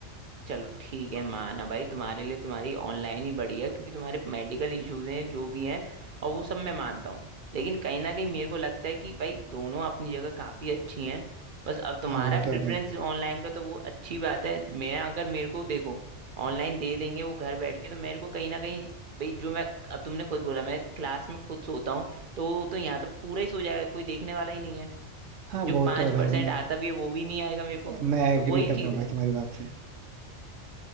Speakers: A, on the right (about 50°); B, on the right (about 85°).
A: चलो ठीक है माना भाई तुम्हारे लिए तुम्हारी ऑनलाइन ही बढ़िया क्योंकि तुम्हारे मेडिकल इश्यूज हैं जो भी हैं और वो सब मैं मानता हूँ लेकिन कहीं ना कहीं मेरे को लगता है कि भाई दोनों अपनी जगह काफी अच्छी हैं बस अब तुम्हारा
B: हाँ वो तो
A: प्रेफरेंस
B: है भाई
A: ऑनलाइन का तो वो अच्छी बात है मैं अगर मेरे को देखो ऑनलाइन दे देंगे वो घर बैठ के तो मेरे को कहीं ना कहीं भाई जो मैं अब तुमने खुद बोला मैं क्लास में खुद सोता हूँ तो वो तो यहाँ तो पूरा ही सो जाएगा कोई देखने वाला ही नहीं है
B: हाँ
A: जो
B: वो
A: पांच
B: तो है भाई
A: परसेंट
B: मैं
A: आता भी है वो भी नहीं आएगा मेरे को
B: मैं
A: तो
B: एग्री
A: वही
B: कर
A: चीज
B: रहा हूँ
A: है
B: भाई तुम्हारी बात से